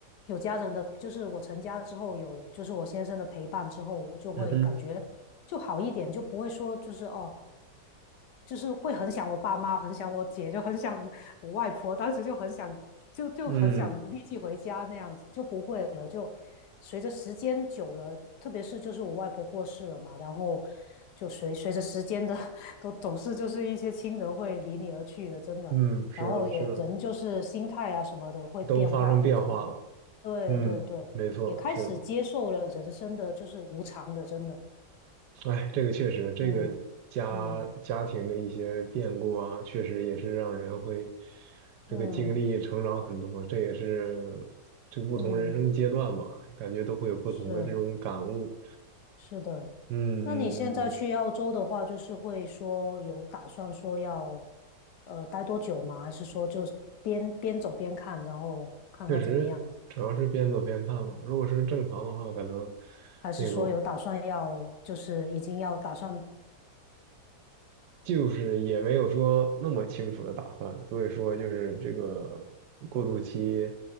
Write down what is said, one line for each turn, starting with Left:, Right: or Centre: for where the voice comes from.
Left: 有家人的，就是我成家了之后有就是我先生的陪伴之后，我就会感觉就好一点，
Right: 嗯哼
Left: 就不会说就是哦。就是会很想我爸妈，很想我姐，就很想我外婆，当时就很想，就就很想立即回家那样子，
Right: 嗯
Left: 就不会了。就随着时间久了，特别是就是我外婆过世了嘛，然后就随随着时间的 <laughs>，都总是就是一些亲人会离你而去的，真的。
Right: 嗯，是的，
Left: 然后也人就是心态啊什么的会变化的，
Right: 是的，都发生变化了。
Left: 真的。对对对，
Right: 嗯，没错，
Left: 也开始接受了人生的就是无常的，
Right: 是的。
Left: 真的。
Right: 哎，这个确实，这个家家庭的一些变故啊，
Left: 嗯嗯
Right: 确实也是让人会这个经历成长很多。
Left: 嗯
Right: 这也是这不同人生阶段吧，
Left: 嗯。
Right: 感觉都会有不同的这种感悟。
Left: 是是的，
Right: 嗯嗯嗯。
Left: 那你现在去澳洲的话，
Right: 嗯
Left: 就是会说有打算说要呃待多久吗？还是说就是边边走边看，然后看看怎么样？
Right: 确实，主要是边走边看吧。如果是正常的话，可能
Left: 还是说有打算要就是已经要打算
Right: 那个就是也没有说那么清楚的打算，所以说就是这个过渡期